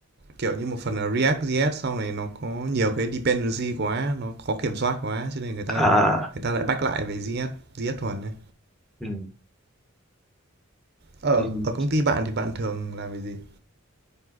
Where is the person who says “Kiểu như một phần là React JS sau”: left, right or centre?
Right